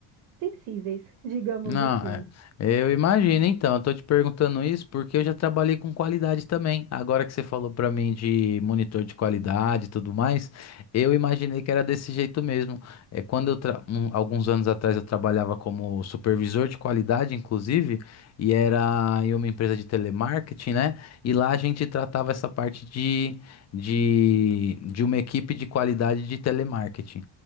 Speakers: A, on the right (about 85°); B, on the left (about 35°).
A: sensíveis, <laughs> digamos
B: Não,
A: assim.
B: é. Eu imagino, então. Eu tô te perguntando isso porque eu já trabalhei com qualidade também. Agora que você falou pra mim de monitor de qualidade e tudo mais, eu imaginei que era desse jeito mesmo. É quando eu tra- um- alguns anos atrás eu trabalhava como supervisor de qualidade, inclusive, e era em uma empresa de telemarketing, né? E lá a gente tratava essa parte de, de, de uma equipe de qualidade de telemarketing.